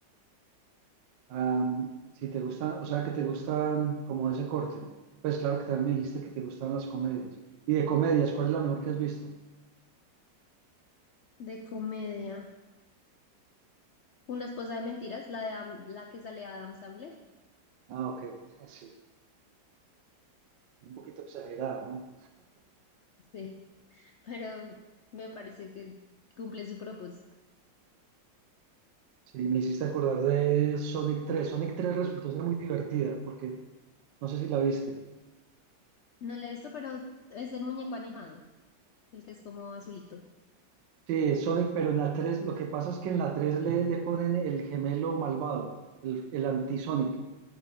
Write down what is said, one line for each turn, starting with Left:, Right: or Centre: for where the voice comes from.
Right: Am, si te gustan, o sea, que te gustan como ese corte. Pues claro que también me dijiste que te gustan las comedias. Y de comedias, ¿cuál es la mejor que has visto?
Left: De comedia. Una esposa de mentiras, la de Adam- la que sale Adam Sandler.
Right: Ah, ok. <laughs> Sí, un poquito exagerada, ¿no?
Left: <laughs> Sí, pero me parece que cumple su propósito.
Right: Sí, me hiciste acordar de Sonic 3. Sonic 3 resultó ser muy divertida porque no sé si la viste.
Left: No la he visto, pero es el muñeco animado, el que es como azulito.
Right: Sí, es Sonic, pero en la 3 lo que pasa es que en la 3 le, le ponen el gemelo malvado, el, el anti-Sonic.